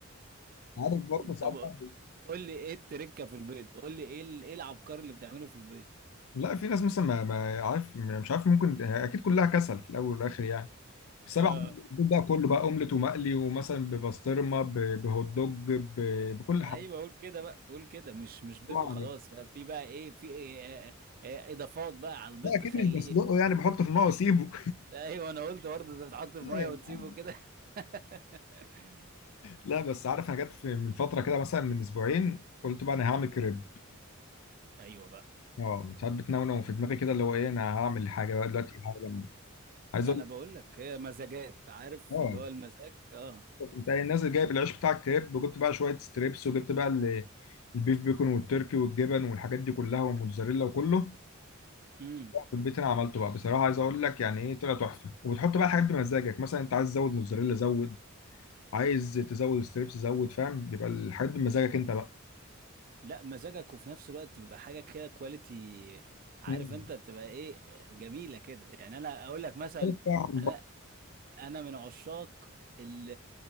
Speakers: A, on the left; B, on the right.
A: عارف برضه ساعات
B: طب
A: بقى بي-
B: قول لي ايه التركه في البيض قول لي ايه ال- ايه العبقري اللي بتعمله في البيض
A: لا في ناس مثلا ما, ما عارف مش عارف ممكن اكيد كلها كسل في الاول والاخر يعني السبع
B: اه
A: البيت بقى كله بقى اومليت ومقلي ومثلا ببسطرمه ب- بهوت دوج ب- بكل
B: ايوه
A: حاجه
B: قول كده بقى قول كده مش مش بيض
A: طبعاً.
B: وخلاص بقى في بقى ايه في إيه آه، آه، اضافات بقى على البيض
A: لا
B: تخليه
A: اكيد مش بسلقه
B: إيه؟
A: يعني بحطه في الماء واسيبه
B: ايوه انا قلت برضه انت بتحط في
A: <laughs>
B: ميه وتسيبه كده <laughs>
A: لا بس عارف انا جت في- من فتره كده مثلا من اسبوعين قلت بقى انا هعمل كريب
B: ايوه بقى
A: اه ساعات بتنونو في دماغي كده اللي هو ايه انا هعمل حاجه بقى دلوقتي حاجه جامده عايز
B: ما
A: اقول
B: انا بقول لك هي مزاجات عارف
A: اه
B: اللي هو المزاج اه
A: انت نازل جايب العيش بتاع الكريب وجبت بقى شويه ستريبس وجبت بقى ال- البيف بيكون والتركي والجبن والحاجات دي كلها والموتزاريلا وكله
B: امم
A: في البيت انا عملته بقى بصراحه عايز اقول لك يعني ايه طلع تحفه وبتحط بقى حاجات بمزاجك مثلا انت عايز تزود موتزاريلا زود عايز تزود ستريبس زود فاهم بيبقى الحاجات بمزاجك انت بقى
B: لا مزاجك وفي نفس الوقت بيبقى حاجه كده كواليتي عارف
A: مم.
B: انت بتبقى ايه جميله كده يعني انا اقول لك مثلا
A: مختلف بقى عن
B: انا
A: بره.
B: انا من عشاق ال-